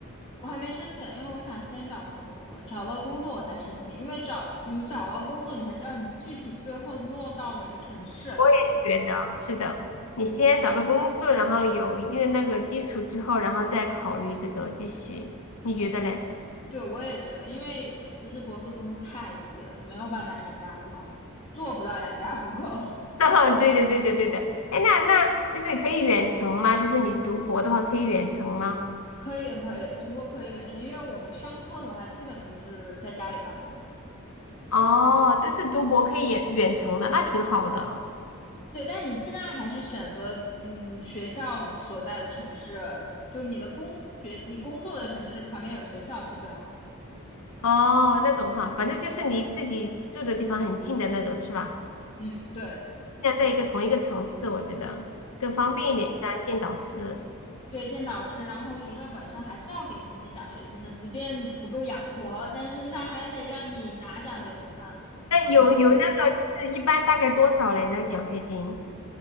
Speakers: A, on the left; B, on the left.
A: 我还没申请，因为我想先找到工作，找到工作我再申请，因为找你找到工作，你才知道你具体最后落到哪个城市。
B: 我也觉得是的。你先找到工作，然后有一定的那个基础之后，然后再考虑这个继续，你觉得嘞？
A: 对，我也觉得，因为其实博士工资太低了，你没有办法养家糊口，做不到养家糊口。<laughs>
B: <laughs> 对的，对的，对的。哎，那那就是可以远程吗？就是你读博的话可以远程吗？
A: 可以，可以，读博可以远程，因为我们商科的话，基本就是在家里办公。
B: 哦，都是读博可以远远程的，那挺好的。
A: 对，但你尽量还是选择，嗯，学校所在的城市，就是你的工学，你工作的城市旁边有学校是最好的。
B: 哦，那种哈，反正就是离自己住的地方很近的那种是吧？
A: 嗯，对，
B: 现在在一个同一个城市，我觉得更方便一点，这样见导师。
A: 对，见导师，然后学校本身还是要给你一些奖学金的，即便不够养活，但是他还得让你拿奖学金嘛。
B: 但有有那个就是一般大概多少嘞？
A: 然后
B: 那个奖学金